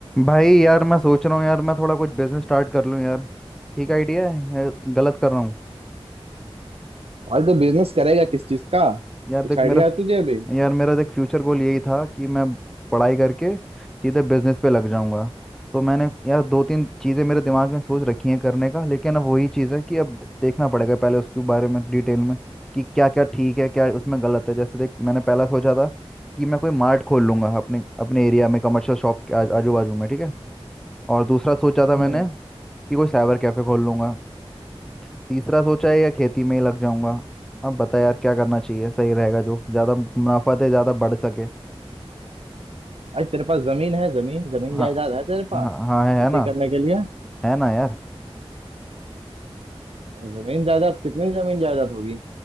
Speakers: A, in the centre; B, on the right (about 70°).
A: भाई यार मैं सोच रहा हूँ यार मैं थोड़ा कुछ बिजनेस स्टार्ट कर लूँ यार ठीक आइडिया है या गलत कर रहा हूँ
B: भाई तो बिजनेस करेगा किस चीज का
A: यार
B: कुछ
A: देख
B: आइडिया
A: मेरा फ-
B: है तुझे अभी
A: यार मेरा देख फ्यूचर गोल यही था कि मैं पढ़ाई करके सीधे बिजनेस पे लग जाऊंगा तो मैंने यार दो तीन चीज़ें मेरे दिमाग में सोच रखी हैं करने का लेकिन अब वही चीज़ है कि अब दे- देखना पड़ेगा पहले उसके बारे में डिटेल में कि क्या क्या ठीक है क्या उसमें गलत है जैसे देख मैंने पहला सोचा था कि मैं कोई मार्ट खोल लूंगा अपने अपने एरिया में कमर्शियल शॉप के आजू बाजू में ठीक है और दूसरा सोचा था
B: हम्म
A: मैंने कि कोई साइबर कैफे खोल लूंगा तीसरा सोचा है या खेती में ही लग जाऊंगा अब बता यार क्या करना चाहिए सही रहेगा जो ज्यादा मुनाफा दे ज्यादा बढ़ सके
B: भाई तेरे पास जमीन है जमीन जमीन
A: हाँ
B: जायदाद है तेरे
A: हाँ
B: पास
A: हाँ है,
B: खेती
A: है ना
B: करने के लिए
A: है ना यार
B: जमीन जायदाद कितनी जमीन जायदाद होगी